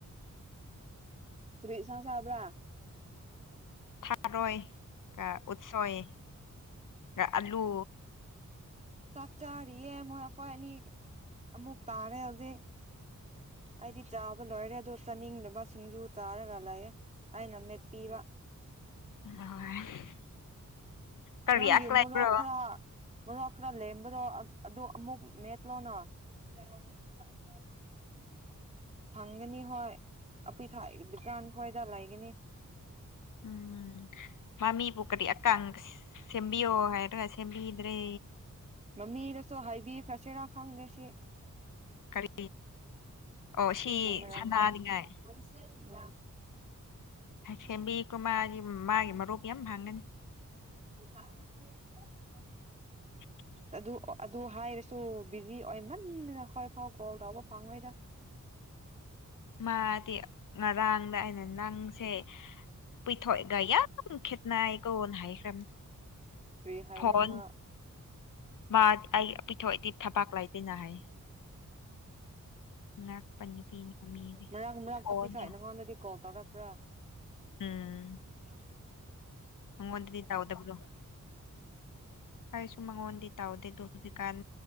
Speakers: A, on the right; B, on the left.
A: ꯀ꯭ꯔꯤ ꯏꯁꯥꯡ ꯆꯥꯕ꯭ꯔꯥ꯫
B: ꯊꯥꯔꯣꯏ ꯀ ꯎꯠꯁꯣꯏ ꯒ ꯑꯥꯂꯨ꯫
A: ꯆꯥꯛ ꯆꯥꯔꯤꯌꯦ ꯃꯣꯏ ꯑꯩꯈꯣꯏ ꯑꯦꯅꯤ ꯑꯃꯨꯛ ꯇꯥꯔꯦ ꯍꯧꯖꯤꯛ꯫ ꯑꯩꯗꯤ ꯆꯥꯕ ꯂꯣꯏꯔꯦ ꯑꯗꯣ ꯆꯥꯅꯤꯡꯗꯕ ꯁꯤꯡꯖꯨ ꯆꯥꯔꯒ ꯂꯩꯥꯑꯦ꯫ ꯑꯩꯅ ꯃꯦꯠꯄꯤꯕ꯫
B: <inaudible> ꯀꯔꯤ
A: ꯅꯪꯒꯤ
B: ꯂꯩꯕ꯭ꯔꯣ
A: ꯃꯣꯔꯣꯛ ꯈꯔꯥ ꯃꯣꯔꯣꯛ ꯈꯔꯥ ꯂꯦꯝꯕꯗꯣ ꯑ ꯑꯗꯨ ꯑꯃꯨꯛ ꯃꯦꯠꯂꯣꯅꯥ꯫ <unintelligible> <inaudible> ꯐꯪꯒꯅꯤ ꯍꯣꯏ ꯑꯄꯨꯏꯊꯥ ꯗꯨꯀꯥꯟ ꯈꯣꯏꯗ ꯂꯩꯒꯅꯤ꯫
B: ꯎꯝ ꯃꯥꯃꯤꯕꯨ ꯀꯔꯤ ꯑꯀꯪꯁ ꯁꯦꯝꯕꯤꯌꯣ ꯍꯥꯏꯔꯒ ꯁꯦꯝꯕꯤꯗ꯭ꯔꯦ꯫
A: ꯃꯃꯤꯗꯁꯨ ꯍꯥꯏꯕꯤꯈ꯭ꯔꯁꯤꯔꯥ ꯈꯪꯗꯦ ꯁꯤ꯫
B: ꯀꯔꯤ ꯑꯣ
A: <inaudible> ꯑꯁꯤꯒꯤ
B: ꯁꯤ
A: ꯃꯔꯝꯁꯦ꯫
B: ꯁꯅꯥꯅꯤꯡꯉꯥꯏ
A: <inaudible> ꯎꯝ꯫
B: ꯁꯦꯝꯕꯤ ꯀ꯭ꯔꫭ ꯃꯥꯒꯤ ꯃꯥꯒꯤ ꯃꯔꯨꯞ ꯌꯥꯝ ꯍꯪꯒꯅꯤ꯫
A: <unintelligible> <inaudible>
B: <unintelligible>
A: ꯑꯗꯨ ꯑꫭ ꯑꯗꯨ ꯍꯥꯏꯔꯁꯨ ꯕꯤꯖꯤ ꯑꯣꯏꯃꯟꯗꯅ ꯍꯣꯏ ꯐꯥꯎ ꯀꯣꯜ ꯇꯧꯕ ꯐꯪꯉꯣꯏꯗ꯫
B: ꯃꯥꯗꯤ ꯉꯔꯥꯡꯗ ꯑꯩꯅ ꯅꯪꯁꯦ ꯄꯤꯊꯣꯛꯑꯒ ꯌꯥꯝ ꯈꯦꯠꯅꯩ ꯀꯣꯅ ꯍꯥꯏꯈꯔꯝ
A: ꯀꯔꯤ ꯍꯥꯏꯕ꯭ꯔꯥ
B: ꯐꯣꯟ
A: ꯑꯃ
B: ꯃꯥ ꯑꯩ ꯄꯤꯊꯣꯛꯑꯗꯤ ꯊꯕꯥꯛ ꯂꯩꯇꯦꯅ ꯍꯥꯏ ꯉꯥꯛꯄ ꯅꯨꯄꯤꯅꯤ ꯃꯤꯗꯤ
A: ꯃꯔꯥꯡ ꯃꯔꯥꯛꯇꯄꯣꯛꯢ
B: ꯐꯣꯟꯗꯣ
A: ꯅꯪꯉꯣꯟꯗꯗꯤ ꯀꯣꯜ ꯇꯧꯔꯛꯄ꯭ꯔꯥ
B: ꯎꯝ
A: ꯎꯝ
B: ꯃꯥꯉꯣꯟꯗꯗꯤ ꯇꯧꯗꯕꯗꯣ ꯑꯩꯁꯨ ꯃꯉꯣꯟꯗꯤ ꯇꯥꯎꯗꯦꯗꯨ ꯍꯧꯖꯤꯛꯀꯥꯟ